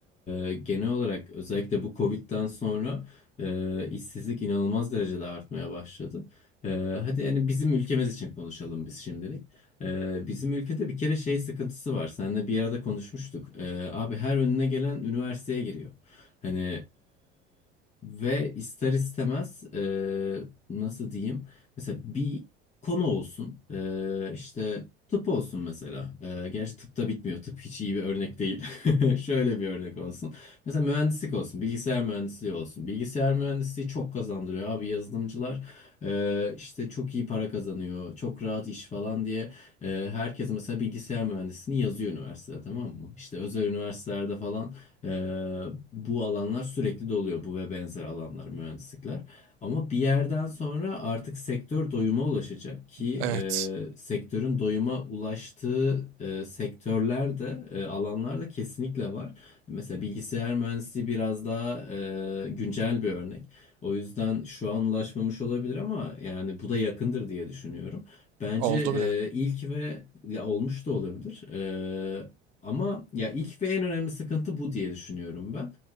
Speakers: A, on the left; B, on the right.
A: e, genel olarak özellikle bu Covid'den sonra e, işsizlik inanılmaz derecede artmaya başladı. E, hadi yani bizim ülkemiz için konuşalım biz şimdilik. E, bizim ülkede bir kere şey sıkıntısı var. Seninle bir arada konuşmuştuk. E, abi her önüne gelen üniversiteye giriyor. Hani ve ister istemez eee, nasıl diyeyim? Mesela bir konu olsun. Eee işte tıp olsun mesela. Eee gerçi tıp da bitmiyor. Tıp hiç iyi bir örnek değil. <laughs> Şöyle bir örnek olsun. Mesela mühendislik olsun. Bilgisayar mühendisliği olsun. Bilgisayar mühendisliği çok kazandırıyor abi yazılımcılar. eee, işte çok iyi para kazanıyor. Çok rahat iş falan diye. eee, herkes mesela bilgisayar mühendisliğini yazıyor üniversitede tamam mı? İşte özel üniversitelerde falan. Ee, bu alanlar sürekli doluyor bu ve benzer alanlar mühendislikler. Ama bir yerden sonra artık sektör doyuma ulaşacak ki
B: Evet.
A: e, sektörün doyuma ulaştığı e, sektörler de e, alanlar da kesinlikle var. Mesela bilgisayar mühendisliği biraz daha e, güncel bir örnek. O yüzden şu an ulaşmamış olabilir ama yani bu da yakındır diye düşünüyorum. Bence
B: Oldu
A: e,
B: bile.
A: ilk ve ya olmuş da olabilir. E, ama ya ilk ve en önemli sıkıntı bu diye düşünüyorum ben.